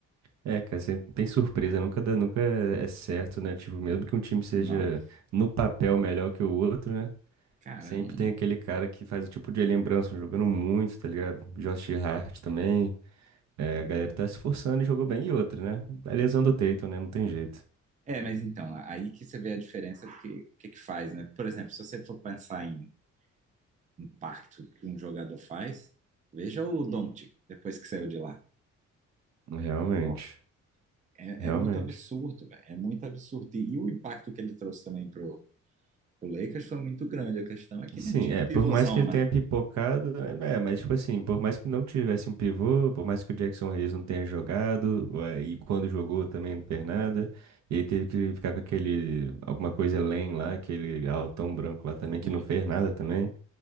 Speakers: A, on the right; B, on the right.
A: É, cara, sempre tem surpresa, nunca dá, nunca é é certo, né? Tipo, mesmo que um time seja
B: Não,
A: no papel melhor que o outro, né?
B: cara,
A: Sempre
B: não.
A: tem aquele cara que faz o tipo de lembrança, jogando muito, tá ligado? Josh Hart também. É, a galera tá se esforçando e jogou bem. E outra, né? A lesão do Tatum, né? Não tem jeito.
B: É, mas então, aí que você vê a diferença do que, que que faz, né? Por exemplo, se você for pensar em impacto que um jogador faz, veja o Doncic, depois que saiu de lá.
A: Realmente.
B: Pô, É,
A: Realmente.
B: é muito absurdo, velho. É muito absurdo. E, e o impacto que ele trouxe também pro, pro Lakers foi muito grande. A questão é que
A: Sim,
B: não tinha
A: é,
B: um pivôzão,
A: por mais que ele
B: né?
A: tenha pipocado, né, é, mas tipo assim, por mais que não tivesse um pivô, por mais que o Jackson Reyes não tenha jogado, ué, e quando jogou também não fez nada, e aí teve que ficar com aquele, alguma coisa além lá, aquele altão branco lá também, que
B: Sim.
A: não fez nada também.